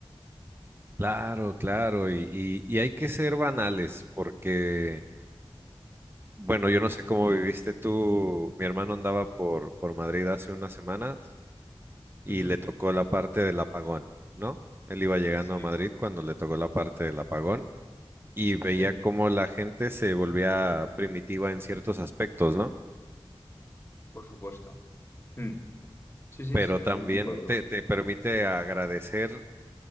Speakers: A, on the right (about 25°); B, on the left (about 25°).
A: Claro, claro, y, y, y hay que ser banales porque, bueno, yo no sé cómo viviste tú. Mi hermano andaba por, por Madrid hace unas semanas y
B: Ujú.
A: le tocó la parte del apagón, ¿no? Él iba llegando
B: Sí,
A: a Madrid cuando le tocó la parte del apagón y veía
B: sí,
A: cómo la gente se volvía primitiva en ciertos aspectos, ¿no?
B: por supuesto. Mm. Sí, sí,
A: pero
B: sin ningún
A: también
B: tipo de duda.
A: te, te permite agradecer